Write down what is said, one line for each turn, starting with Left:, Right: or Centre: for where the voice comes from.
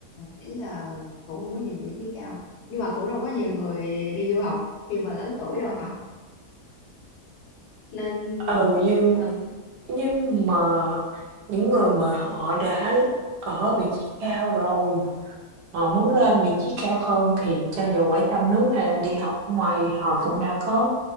Left: ý là cũng không có nhiều vị trí cao nhưng mà cũng đâu có nhiều người đi du học khi mà lớn tuổi đâu hả nên
Right: Ừ, như
Left: ừ
Right: Nhưng mà những người mà họ đã ở vị trí cao rồi, họ muốn lên vị trí cao hơn thì cho dù ở trong nước hay là đi học ở ngoài họ cũng đã có